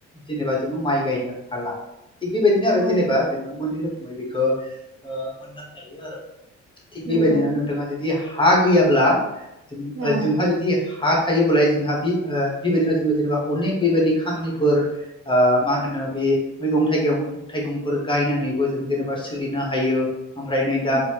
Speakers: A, on the left; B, on the right.
A: जेनेबा माइ गायनो हाला थिग बेबायदिनो आरो
B: औ
A: जेनेबा जेनबा मोननै रो खोमै बेखो ओ मोननो हायो आरो थिग
B: नंगौ
A: बेबायदिनो नोंथाङा जोदि हा गैयाब्ला जों
B: औ
A: ओ जोंहा जोदि हा थायोबालाय जोंहा बि ओ बेबायदिनो जोंबो जेनेबा अनेक बेबायदि खामानिफोर ओ मा होनो बे मैगं थाइगं थाइगंफोर गायनानैबो जों जेनेबा सोलिनो हायो ओमफ्राय नै दा
B: औ